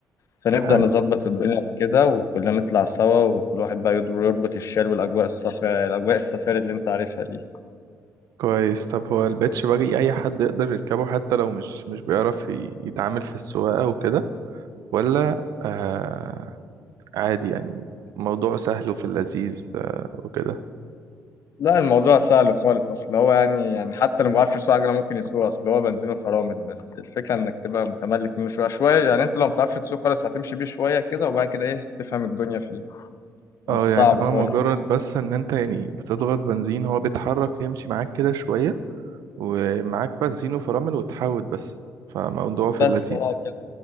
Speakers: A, on the left (about 55°); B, on the right (about 75°).
A: فنبدأ
B: حلو
A: نظبط الدنيا كده وكلنا نطلع سوا وكل واحد بقى يضرب- يربط الشال والأجواء الصفراء الأجواء السفاري اللي انت عارفها دي
B: كويس طب هو البيتش باجي اي حد يقدر يركبه حتى لو مش مش بيعرف ي- يتعامل في السواقة وكده ولا آه عادي يعني موضوع سهل وفي اللذيذ آه وكده
A: لا الموضوع سهل خالص اصل هو يعني يعني حتى لو ما بعرفش يسوق عجله ممكن يسوق اصل هو بنزينه فرامل بس الفكره انك تبقى متملك منه شويه شويه يعني انت لو ما بتعرفش تسوق خالص هتمشي بيه شويه كده وبعد كده ايه تفهم الدنيا فيه مش
B: اه
A: صعب
B: يعني
A: خالص
B: هو مجرد بس ان انت يعني بتضغط بنزين هو بيتحرك يمشي معاك كده شوية ومعاك بنزين وفرامل وتحاوت بس فموضوع في
A: بس
B: اللذيذ
A: اه كده